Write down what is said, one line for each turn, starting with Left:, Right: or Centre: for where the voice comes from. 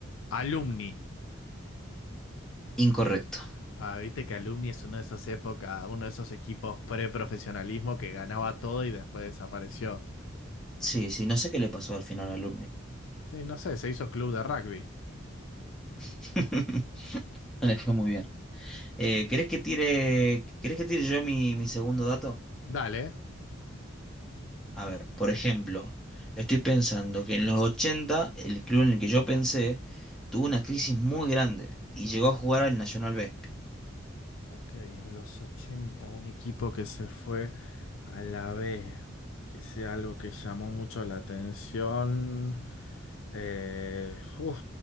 Left: Alumni.
Centre: Incorrecto.
Left: Ah, viste que Alumni es una de esas épocas, uno de esos equipos pre-profesionalismo que ganaba todo y después desapareció.
Centre: Sí, sí, no sé qué le pasó al final al Alumni.
Left: Sí, no sé, se hizo club de rugby.
Centre: <laughs> No le fue muy bien. Eh, ¿querés que tire, querés que tire yo mi, mi segundo dato?
Left: Dale.
Centre: A ver, por ejemplo, estoy pensando que en los 80 el club en el que yo pensé tuvo una crisis muy grande y llegó a jugar al Nacional B.
Left: Ok, en los 80 un equipo que se fue a la B, que sea algo que llamó mucho la atención. Eh, uf,